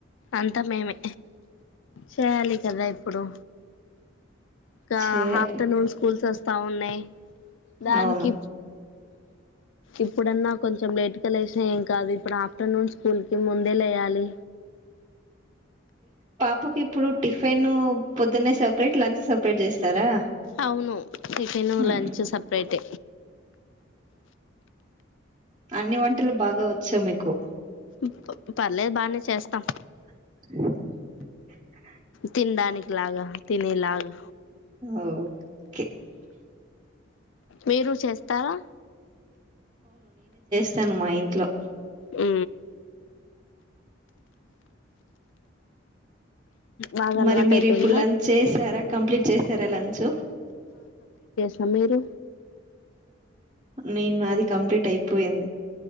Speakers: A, on the left (about 70°); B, on the right (about 25°).
A: అంత మేమిే చేయాలి కదా ఇప్పుడు ఇకా
B: చేయాలి
A: హాఫ్టర్నూన్ స్కూల్స్ వస్తా ఉన్నాయి దానికి
B: అవును
A: ఇప్పుడన్నా కొంచెం లేట్గా లేసిన ఏం కాదు ఇప్పుడు ఆఫ్టర్నూన్ స్కూల్ కి ముందే లేయాలి
B: పాపకి ఇప్పుడు టిఫిన్ పొద్దున్న సపరేట్ లంచ్ సపరేట్ చేస్తారా
A: అవును టిఫిన్
B: హ్మ్.
A: లంచ్ సపరేట్
B: అన్ని వంటలు బాగా వచ్చా మీకు
A: ఇ పర్లేదు బాగానే చేస్తాం
B: అ
A: తిిన దానికినికి లాగా తిిన లాగా
B: ఓకే
A: మీరు చేస్తారా
B: స్తాను మా ఇంట్లో
A: ఆ బాగా అలవాటు
B: మరి మీరు
A: అయిపోయిందా
B: ఇప్పుడు లంచ్ చేసారా కంప్లీట్ చేసారా లంచ్
A: సమేరు
B: నేను అది కంప్లీట్ అయిపోయింది